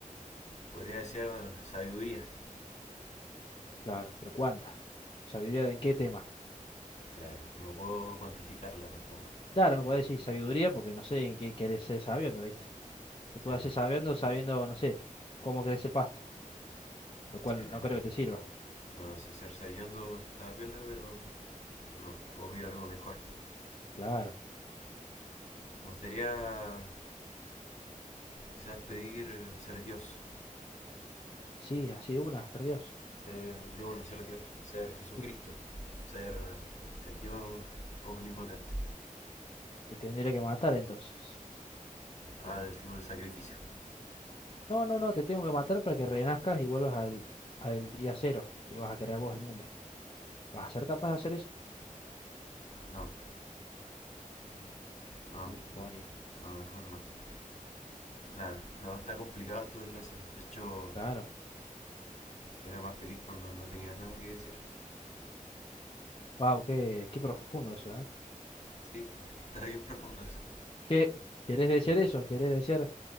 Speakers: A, on the left; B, on the left.
A: Podría desear sabiduría.
B: Claro, pero ¿cuánta? ¿Sabiduría en qué tema?
A: Claro, no puedo cuantificarla tampoco.
B: Claro, me puede decir sabiduría porque no sé en qué querés ser sabiendo, ¿viste? Te puedes
A: Sí,
B: hacer sabiendo, sabiendo, no sé, cómo crece el pasto. lo cual
A: sí, es
B: no creo
A: verdad.
B: que te sirva.
A: No, si ser sabiondo está piola, pero no, puedo pedir algo mejor.
B: Claro.
A: Me gustaría quizás pedir ser Dios,
B: Sí, así de una, ser Dios.
A: ser de una, ser Dios, ser Jesucristo,
B: Te,
A: ser el Dios omnipotente.
B: te tendré que matar entonces.
A: Ah,
B: Primero.
A: del tipo del sacrificio.
B: No, no, no, te tengo que matar para que renazcas y vuelvas al, al día cero y vas a crear vos el mundo. ¿Vas a ser capaz de hacer eso?
A: No,
B: Mm,
A: no,
B: Me lo suponía.
A: no, no, mejor no. Claro, no, está complicado todo el deseo. De hecho,
B: Claro.
A: era más feliz cuando no tenía nada que decir.
B: Wow, qué, qué profundo eso, ¿eh?
A: Sí, está, está bien profundo eso.
B: ¿Qué, querés desear eso? ¿Querés desear